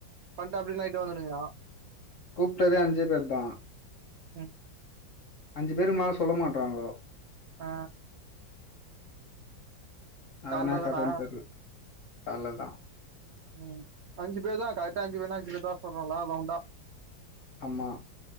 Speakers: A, on the right; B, on the left.
A: பண்ட்டா அப்புடின்னா நயிட்டு வந்துடுங்க
B: கூப்டதே அஞ்சே பேர்தா
A: ம்
B: அஞ்சு பேருக்கு மேல சொல்ல மாட்றாங்கோ
A: ஆ
B: அது
A: கால்ல
B: என்னா
A: தானா
B: கதன்னு தெர்ல அவ்ளோதா
A: ம் அஞ்சு பேர் தா கரெட்டா அஞ்சு பேருதா அஞ்சு பேர்தா சொல்லலா ரௌண்டா
B: அம்மா